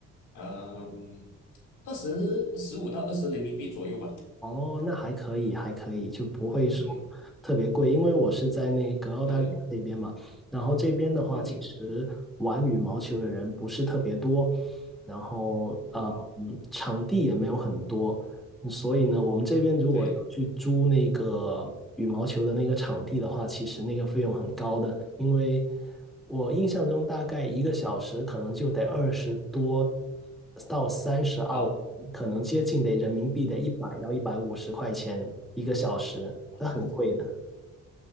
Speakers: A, on the left (about 80°); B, in the centre.
A: 嗯二十十五到二十人民币左右吧。
B: 哦，那还可以，还可以，就不会说
A: 嗯哼
B: 特别贵，因为我是在那个澳大利亚这边嘛，
A: 对对，
B: 然后这边的话，
A: 嗯哼，
B: 其实玩羽毛球的人不是特别多，然后呃，
A: 嗯哼，
B: 嗯场地也没有很多。所以呢，我们这边如果要去租那个羽毛球的那个场地的话，
A: 对，
B: 其实那个费用很高的，因为我印象中大概一个小时可能就得二十多到三十澳元，
A: 好，
B: 可能接近得人民币得一百到一百五十块钱一个小时，那很贵的。
A: 这